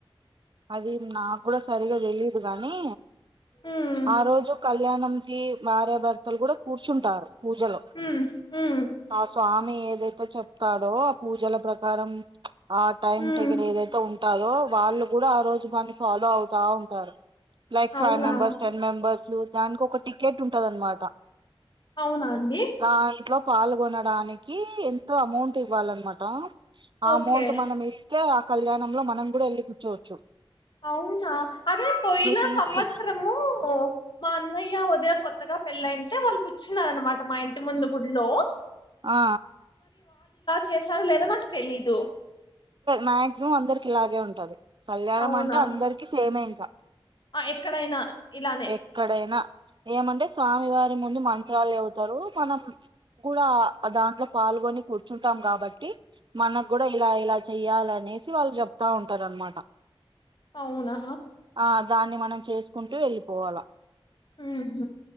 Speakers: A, on the right (about 55°); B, on the left (about 55°).
A: అది నాకు కూడా సరిగా తెలీయదు కానీ
B: ఉమ్
A: ఆ రోజు కళ్యాణం కి భార్యాభర్తలు కూడా కూర్చుంటారు పూజలు
B: ఉమ్ ఉమ్
A: ఆ స్వామి ఏదైతే చెప్తాడో ఆ పూజల ప్రకారం ఆ టైమ్
B: ఉమ్
A: టగల్ ఏదైతే ఉంటాదో వాళ్ళు కూడా ఆ రోజు దాన్ని ఫాలో అవుతా ఉంటారు లైక్ ఫైవ్
B: అవునా
A: మెంబెర్స్ టెన్ మెంబర్ దానికి ఒకటి గేటుఉంటది అన్నమాట
B: అవునా అండి
A: దాంట్లో పాల్గొనడానికి ఎంతో అమౌంట్ ఇవ్వాలన్నమాట ఆ
B: ఓకే
A: అమౌంట్ మనం ఇస్తే ఆ కళ్యాణం లో మనం కూడా వెళ్ళిపో చో చో
B: అవునా అదే పోయిన
A: తీసుకు
B: సంవత్సరము మా అన్నయ్య వదిన కొత్తగా పెళ్ళయింటే వాళ్ళు కూ కూర్చున్నారనమాట మా ఇంటి ముందు గుళ్లో
A: ఆ
B: చేశారో లేదో నాకు తెలీదు
A: మ్యాగ్జీమామ్ అందరికి ఇలాగే ఉంటది కళ్యాణం
B: అవునా
A: అంటే అందరికి సేమే ఇంకా
B: ఆ ఎక్కడైనా ఇలానే
A: ఎక్కడైనా ఏమంటే స్వామివారి ముందు మంత్రాలు చ తరు మనం కూడా దాంట్లో పాల్గొని కూర్చుంటాం కాబట్టి మనకు కూడా ఇలా ఇలా చెయ్యాలనేసి వాళ్ళు చెప్తా ఉంటారు అనమాట
B: అవునా
A: ఆ దాన్ని మనం చేసుకుంటూ వెళ్ళిపోవాల
B: ఆ హ